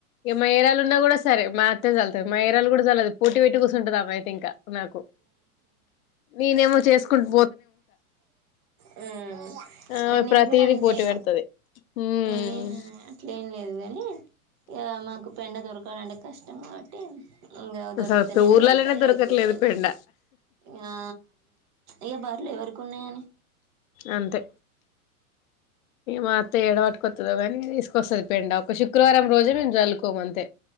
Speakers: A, on the left (about 65°); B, on the right (about 35°).
A: ఇ మహరాలు ఉన్నా కూడా సరే మాత్రే చల్తుంది మాహరాలు కూడా చల్లదు పోటీ పెట్టు కూర్చుంటుదమ అయితే ఇంకా నాకు నేనేమో చేసుకుంటా
B: హ్మ్మ్
A: ఆమె
B: నేను
A: ప్రతిదీ
B: కూడా అంతే
A: పోటీ
B: ఇగ
A: పెడతది ఉమ్
B: నేనా అట్లేం లేదు, కాని ఇక మాకు పెంట దొరకాలంటే కష్టం కాబట్టి ఇంకా దొరుకుతేనే
A: అసలు ఊర్లలోనే
B: చల్లుతాను,
A: దొరకట్లేదు
B: లేకపోతే లేదు
A: పెండ
B: ఇంగా ఇగ బర్లెవరి కున్నయని
A: అంతే ఈ మాత్త ఎడవాటుకొతుదో కాగాని తీసుకొస్తది పెండ ఒక శుక్రవారం రోజే మేము చల్లువుకోము అంతే